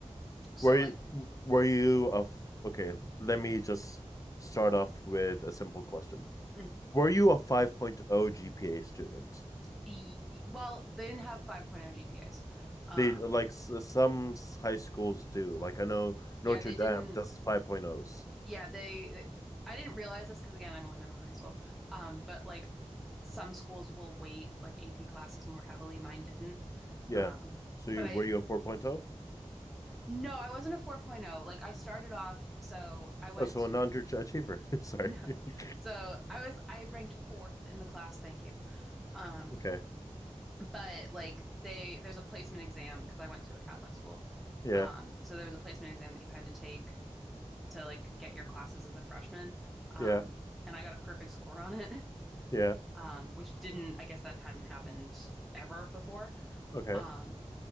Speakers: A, in the centre; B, on the left (about 30°).
A: so
B: were
A: like
B: you were you a f- okay let me just start off with a simple question
A: mm,
B: were you a 5.0 gpa student
A: e, e- well, they didn't have 5.0 GPAs. Um
B: they like s- some s- high schools do like i know
A: yeah,
B: notre
A: they
B: dame
A: didn't
B: does 5.0s
A: Yeah, they I didn't realize this because again, I've only been to one high school. Um, but like some schools will weight like AP classes more heavily. Mine didn't.
B: yeah
A: Um,
B: so you,
A: but I
B: were you a 4.0
A: no, I wasn't a 4.0. Like I started off, so I went
B: Oh, so
A: to
B: a non-achiever.
A: <laughs>
B: <laughs> Sorry.
A: no.
B: <laughs>
A: So I was I ranked fourth in the class, thank you. Um,
B: Okay.
A: but like they there's a placement exam because I went to a Catholic school.
B: Yeah.
A: Um, so there was a placement exam that you had to take to like get your classes as a freshman. Um,
B: Yeah.
A: and I got a perfect score on it, <laughs>
B: Yeah.
A: um, which didn't, I guess that hadn't happened ever before.
B: Okay.
A: Um,